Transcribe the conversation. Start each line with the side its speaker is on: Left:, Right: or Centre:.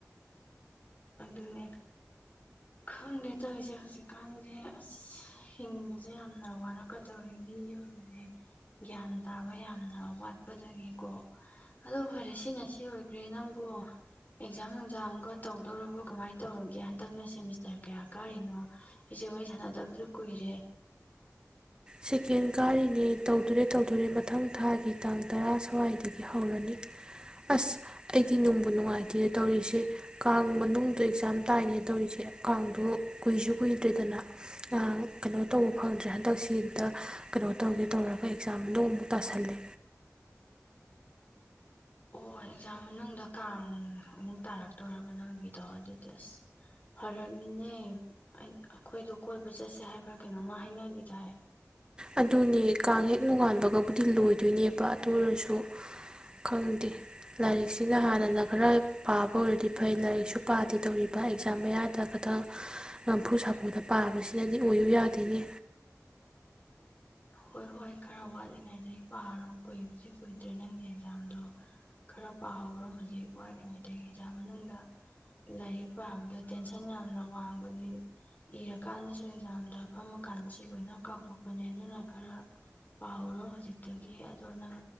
Left: ꯑꯗꯨꯅꯦ ꯈꯪꯗꯦ ꯇꯧꯔꯤꯁꯦ ꯍꯧꯖꯤꯛꯀꯥꯟꯁꯦ ꯑꯁ ꯍꯤꯡꯕꯁꯦ ꯌꯥꯝꯅ ꯋꯥꯔꯛꯀꯗꯧꯔꯤ ꯃꯤꯑꯣꯢꯕꯁꯦ ꯒ꯭ꯌꯥꯟ ꯇꯥꯕ ꯌꯥꯝꯅ ꯋꯥꯠꯄꯗꯒꯤꯀꯣ ꯑꯗꯣ ꯐꯔꯦ ꯁꯤꯅꯦ ꯁꯤ ꯑꯣꯏꯈ꯭ꯔꯦ ꯅꯪꯕꯨ ꯑꯦꯛꯖꯥꯝ ꯅꯨꯡꯖꯥꯝꯒ ꯇꯧꯕ ꯇꯧꯔꯕꯣ ꯀꯃꯥꯏꯅ ꯇꯧꯔꯒꯦ ꯍꯟꯗꯛꯅ ꯁꯦꯃꯤꯁꯇꯔ ꯀꯌꯥ ꯀꯥꯔꯤꯅꯣ ꯢꯆꯦ ꯋꯥꯔꯤ ꯁꯥꯟꯅꯗꯕꯁꯨ ꯀꯨꯏꯔꯦ
Right: ꯁꯦꯀꯦꯟ ꯀꯥꯔꯤꯅꯦ ꯇꯧꯗꯨꯔꯦ ꯇꯧꯗꯣꯔꯦ ꯃꯊꯪ ꯊꯥꯒꯤ ꯇꯥꯡ ꯇꯔꯥ ꯁ꯭ꯋꯥꯏꯗꯒꯤ ꯍꯧꯔꯅꯤ ꯑꯁ ꯑꯩꯗꯤ ꯅꯨꯡꯕꯨ ꯅꯨꯡꯉꯥꯏꯇꯦ ꯇꯧꯔꯤꯁꯦ ꯀꯥꯡ ꯃꯅꯨꯡꯗꯣ ꯑꯦꯛꯖꯥꯝ ꯇꯥꯏꯅꯦ ꯇꯧꯔꯤꯁꯦ ꯀꯥꯡꯗꯣ ꯀꯨꯏꯁꯨ ꯀꯨꯏꯗ꯭ꯔꯦꯗꯅ ꯀꯩꯅꯣ ꯇꯧꯕ ꯐꯪꯗ꯭ꯔꯦ ꯍꯟꯗꯛꯁꯤ ꯗ ꯀꯩꯅꯣ ꯇꯧꯒꯦ ꯇꯧꯔꯒ ꯑꯦꯛꯖꯥꯝꯗꯣ ꯑꯃꯨꯛ ꯇꯥꯁꯜꯂꯦ
Left: ꯑꯣ ꯑꯦꯛꯖꯥꯝ ꯃꯅꯨꯡꯗ ꯀꯥꯡ ꯑꯃꯨꯛ ꯇꯥꯔꯛꯇꯣꯔꯕ ꯅꯪꯒꯤꯗꯣ ꯑꯗꯨꯗꯤ ꯑꯁ ꯐꯔꯛꯅꯤꯅꯦ ꯑꯩꯈꯣꯏꯗꯣ ꯀꯣꯏꯕ ꯆꯠꯁꯦ ꯍꯥꯏꯕ꯭ꯔꯥ ꯀꯩꯅꯣꯃ ꯍꯥꯏꯅꯈꯤꯗꯥꯢꯅꯦ
Right: ꯑꯗꯨꯅꯦ ꯀꯥꯡ ꯍꯦꯛ ꯅꯣꯉꯥꯟꯕꯒꯕꯨꯗꯤ ꯂꯣꯏꯗꯣꯏꯅꯦꯕ ꯑꯗꯨ ꯑꯣꯏꯔꯁꯨ ꯈꯪꯗꯦ ꯂꯥꯏꯔꯤꯛꯁꯤꯅ ꯍꯥꯟꯅꯅ ꯈꯔ ꯄꯥꯕ ꯑꯣꯏꯔꯗꯤ ꯐꯩ ꯂꯥꯏꯔꯤꯛꯁꯨ ꯄꯥꯗꯦ ꯇꯧꯔꯤꯕ ꯑꯦꯛꯖꯥꯝ ꯃꯌꯥꯗ ꯈꯛꯇꯪ ꯅꯝꯐꯨ ꯁꯥꯐꯨꯗ ꯄꯥꯕꯁꯤꯅꯗꯤ ꯑꯣꯏꯌꯨ ꯌꯥꯗꯦꯅꯦ
Left: ꯍꯣꯏ ꯍꯣꯏ ꯈꯔ ꯋꯥꯠꯂꯤꯉꯩꯗꯒꯤ ꯄꯥꯔꯣ ꯀꯨꯏꯕꯨꯗꯤ ꯀꯨꯏꯗ꯭ꯔꯦ ꯅꯪꯒꯤ ꯑꯦꯛꯖꯥꯝꯗꯣ ꯈꯔ ꯄꯥꯍꯧꯔꯣ ꯍꯧꯖꯤꯛ ꯋꯥꯠꯂꯤꯉꯩꯗꯒꯤ ꯑꯦꯛꯖꯥꯝ ꯃꯅꯨꯡꯗ ꯂꯥꯏꯔꯤꯛ ꯄꯥꯕꯗ ꯇꯦꯟꯁꯟ ꯌꯥꯝꯅ ꯋꯥꯡꯕꯅꯤ ꯏꯔꯀꯥꯟꯗꯁꯨ ꯑꯦꯛꯖꯥꯝꯗꯣ ꯐꯝꯃ ꯀꯥꯟꯗꯁꯨ ꯂꯣꯏꯅ ꯀꯥꯎꯊꯣꯛꯄꯅꯦ ꯑꯗꯨꯅ ꯈꯔ ꯄꯥꯍꯧꯔꯣ ꯍꯧꯖꯤꯛꯇꯒꯤ ꯑꯗꯣ ꯅꯪ